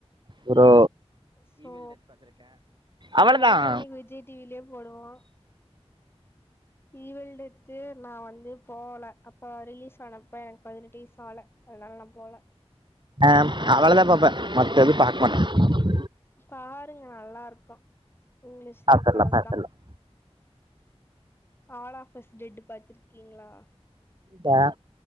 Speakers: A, on the right; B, on the left.
A: ஒரு
B: சோ
A: அவ்வளோதான்
B: டைட்டானிக் விஜய் டிவிலயே போடுவா ஈவிள் டெத்து நா வந்து போல அப்ப ரிலீஸ் ஆனப்ப எனக்கு பதினெட்டு வயசு ஆல அதனால நா போல
A: ஆ அவளவுதா பாப்பே மத்த எது பக்கமாட்டே
B: பாருங்க நல்லா இருக்கோ இங்கிலீஷ்ல
A: பார்த்துடலாம்
B: இருக்கறது
A: பார்த்துடலாம்
B: தா ஆல் ஆஃபஸ் டெட் பாத்திருக்கீங்களா
A: பா